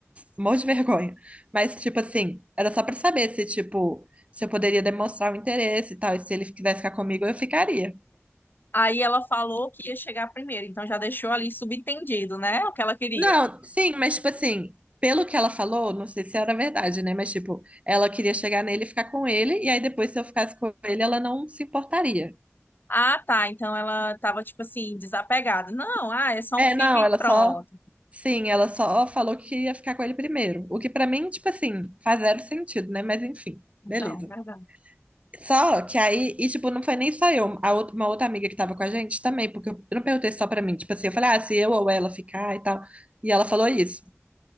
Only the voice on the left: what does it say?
Aí ela falou que ia chegar primeiro, então já deixou ali subentendido, né? O que ela queria.
Ah, tá. Então ela tava, tipo assim, desapegada. Não, ah, é só
um fica
e
pronto.
Então,
verdade.